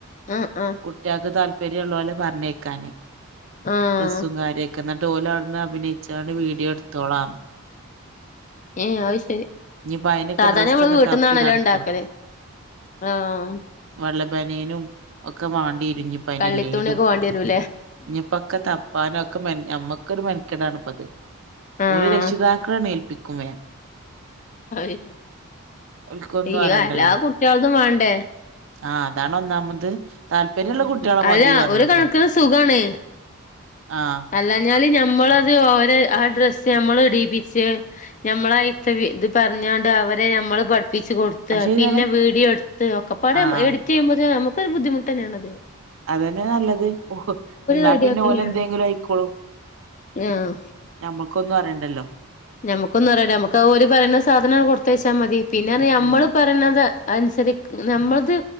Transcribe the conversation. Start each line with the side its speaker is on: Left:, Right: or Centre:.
Left: ആഹ് ആഹ്
Right: കുട്ട്യാൾക്ക് താല്പര്യള്ളോലെ പറഞ്ഞയ്ക്കാന്
Left: ആഹ്
Right: ഡ്രസ്സും കാര്യൊക്കെ ഇന്ന ഞ്ഞട്ടോല് അവട്ന്ന് അഭിനയിച്ചാണ്ട് വീഡിയോ ഇടുത്തോളാന്ന്
Left: ഏ അത് ശരി
Right: ഇഞ്ഞിപ്പോ അയിനൊക്കെ
Left: സാധാരണ
Right: ഡ്രസ്സൊക്കെ
Left: നമ്മള് വീട്ട്ന്നാണല്ലോ
Right: തപ്പി നടക്കണം
Left: ഇണ്ടാക്കല് ആഹ്
Right: വെള്ള ബന്യേനും ഒക്കെ വാണ്ടിയേരും ഇഞ്ഞിപ്പയിനല്ലേനും
Left: കള്ളിത്തൂണിയൊക്കെ വേണ്ടി വരൂല്ലേ
Right: ഇഞ്ഞിപ്പ ഒക്കെ തപ്പാനൊക്കെ മെ നമ്മക്കൊരു മെനക്കെടാണ് ഇപ്പത്
Left: ആഹ്
Right: ഓല് രക്ഷിതാക്കളേണ്ട് ഏൽപ്പിക്കും വേം
Left: അഹ്
Right: ഓൽക്കൊന്നും
Left: ഇയ
Right: അറിയണ്ടല്ലോ
Left: എല്ലാ കുട്ട്യാളതും വാണ്ടേ
Right: ആഹ് അതാണ് ഒന്നാമത് താല്പര്യള്ള
Left: ഉം
Right: കുട്ട്യാളെ
Left: അല്ല
Right: മതി പറഞ്ഞാണ്
Left: ഒരു കണക്കിന്
Right: ട്ടോ.
Left: സുഖാണ്
Right: ആഹ്.
Left: അല്ലാഞ്ഞാല് ഞമ്മളത് ഓരെ ആ ഡ്രസ്സ് ഞമ്മള് ഇടീപ്പിച്ച്. ഞമ്മളയിത്ത വി ഇത് പറഞ്ഞാണ്ട് അവരെ ഞമ്മള് പഠിപ്പിച്ച് കൊടു ക്ക
Right: അത് ശരിയാണ്
Left: പിന്നെ വീഡിയോടുത്ത് ഒക്കെപ്പാടെ
Right: ആഹ്
Left: എഡിറ്റിയ്യുമ്പോത്തിന് നമുക്കൊരു ബുദ്ധിമുട്ടന്നേണത്.
Right: അതന്നെ നല്ലത് ഓഹ് എന്നാ
Left: റെഡിയാക്കന്നെയാണ്
Right: പിന്നെ ഓലെന്തേങ്കിലും ആയിക്കോളും.
Left: ആഹ്.
Right: ഞമ്മക്കൊന്നും അറിയണ്ടല്ലോ-
Left: ഞമക്കൊന്നും അറിയണ്ട നമ്മക്ക് ആ ഓര് പറയണ സാധനാണ്ട് കൊടുത്തയച്ചാ മതി പിന്നെറഞ
Right: ഉം
Left: മ്മള് പറയ്ണത് അനുസരി ഞമ്മളത്